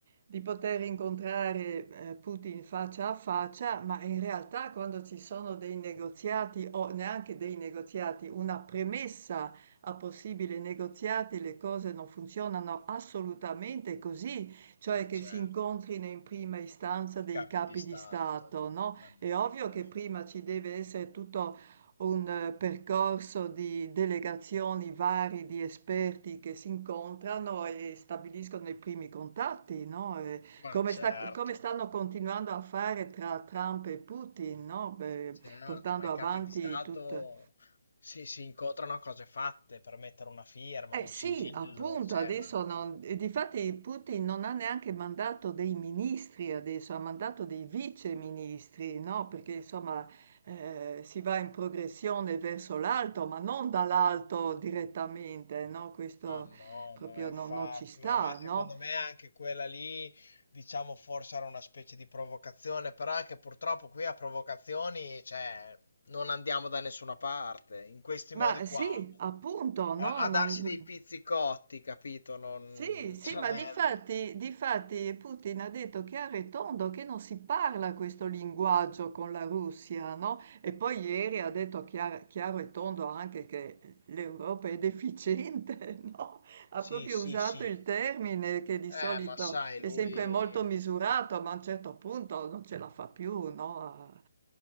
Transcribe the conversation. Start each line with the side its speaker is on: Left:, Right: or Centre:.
Right: di poter incontrare, ehm, Putin faccia a faccia, ma in realtà quando ci sono dei negoziati o neanche dei negoziati, una premessa a possibili negoziati, le cose non funzionano assolutamente così, cioè
Left: ma
Right: che
Left: certo.
Right: si incontrino in prima istanza
Left: i
Right: dei
Left: capi
Right: capi
Left: di stato.
Right: di Stato, no,
Left: Ma no,
Right: è ovvio
Left: ma,
Right: che
Left: è-
Right: prima ci deve essere tutto un eh, percorso di delegazioni vari di esperti che si incontrano e stabiliscono i primi contatti, no? E
Left: ma
Right: come
Left: certo,
Right: sta- come stanno continuando a fare tra Trump e Putin, no? Beh,
Left: certo,
Right: portando
Left: ma i
Right: avanti
Left: capi di stato
Right: tutte.
Left: si, si incontrano a cose fatte per mettere una firma,
Right: Eh
Left: un
Right: sì,
Left: sigillo,
Right: appunto,
Left: cioè,
Right: adesso
Left: ma no,
Right: non e difatti Putin non ha neanche mandato dei ministri adesso, ha mandato dei viceministri, no? Perché insomma eh, si va in progressione verso l'alto, ma non dall'alto direttamente, no? Questo
Left: ma no,
Right: proprio
Left: ma infatti,
Right: non, non ci sta,
Left: ma, ma secondo
Right: no?
Left: me anche quella lì, diciamo, forse era una specie di provocazione, però è che purtroppo qui a provocazioni, cioè, non andiamo da nessuna parte, in questi
Right: Ma
Left: modi qua
Right: sì, appunto, no?
Left: a, a
Right: Non...
Left: darsi dei pizzicotti, capito? Non,
Right: Sì, sì,
Left: cioè,
Right: ma difatti, difatti Putin ha detto chiaro e tondo che non si parla questo linguaggio con la Russia, no? E poi ieri ha detto chiar- chiaro, e tondo anche che l'Europa è deficiente, <laughs> no? Ha
Left: Sì,
Right: proprio
Left: sì,
Right: usato
Left: sì.
Right: il termine che di
Left: Eh,
Right: solito
Left: ma sai,
Right: è
Left: lui...
Right: sempre molto misurato, ma a un certo punto non ce la fa più, no? A-